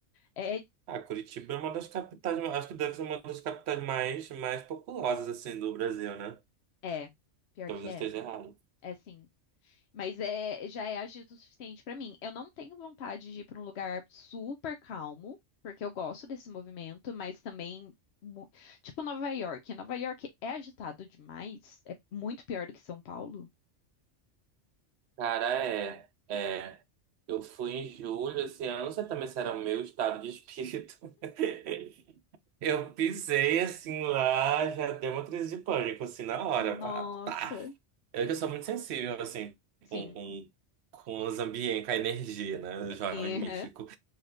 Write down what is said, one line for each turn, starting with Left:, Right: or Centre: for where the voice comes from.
Left: É,
Right: Ah, Curitiba é uma das capitais, acho que deve ser uma das capitais mais mais populosas assim do Brasil, né?
Left: é, pior
Right: Talvez
Left: que
Right: eu
Left: é.
Right: esteja errado.
Left: É sim. Mas é, já é agito o suficiente pra mim. Eu não tenho vontade de ir pra um lugar super calmo, porque eu gosto desse movimento, mas também mu- tipo Nova York. Nova York é agitado demais, é muito pior do que São Paulo.
Right: Cara, é, é. Eu fui em julho esse ano, não sei também se era o meu estado de espírito. <laughs> Eu pisei assim lá, já deu uma crise de pânico, assim, na hora.
Left: Nossa,
Right: Pá, pá. Eu que sou muito sensível, assim,
Left: sim.
Right: com, com, com os ambientes, com a energia, né? O jovem
Left: Sim,
Right: místico.
Left: aham. <laughs>